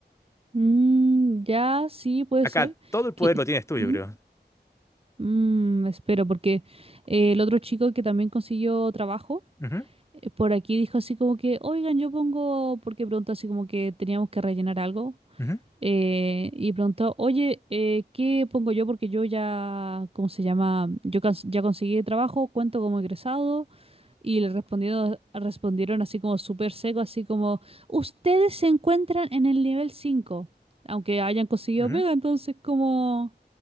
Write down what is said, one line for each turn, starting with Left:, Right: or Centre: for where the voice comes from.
Right: Mm, ya, sí, puede
Left: Acá
Right: ser.
Left: todo el poder
Right: que
Left: lo tienes tú,
Right: ¿Mm?
Left: yo creo.
Right: Mm, espero, porque eh, el otro chico que también consiguió trabajo,
Left: Ujú,
Right: eh, por aquí dijo así como que, oigan, yo pongo, porque preguntó así como que teníamos que rellenar algo,
Left: ujú,
Right: eh, y preguntó, oye, eh, ¿qué pongo yo? Porque yo ya, ¿cómo se llama? Yo cons- ya conseguí trabajo, cuento como egresado. Y le respondieron, respondieron así como súper seco, así como, ustedes se encuentran en el nivel 5 aunque hayan conseguido
Left: ujú.
Right: pega, entonces como...